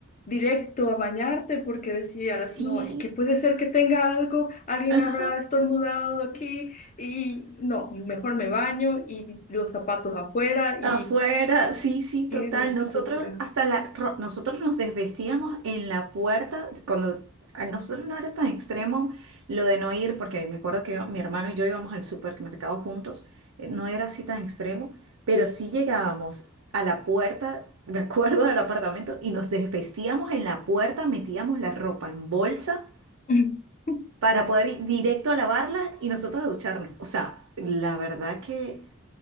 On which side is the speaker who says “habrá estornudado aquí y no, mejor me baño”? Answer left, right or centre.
Left